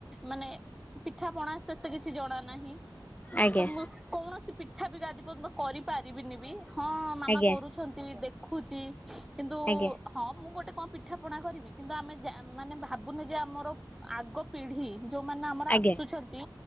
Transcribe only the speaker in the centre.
ମାନେ ପିଠାପଣା ସେତେ କିଛି ଜଣା ନାହିଁ।
ତ ମୁଁ କୌଣସି ପିଠା ବି ଆଜି ପର୍ଯ୍ୟନ୍ତ କରିପାରିବିନିବି ହଁ ମାମା
କରୁଛନ୍ତି ଦେଖ ଖୁଚି କିନ୍ତୁ
ହଁ ମୁଁ ଗୋଟେ କଣ ପିଠା ପଣା କରିବି କିନ୍ତୁ ଆମେ ଜା ମାନେ ଭାବୁନେ ଯେ ଆମର ଆଗ ପିଢି ଯୋଉମାନେ ଆମର
ଆ ସୁଛନ୍ତି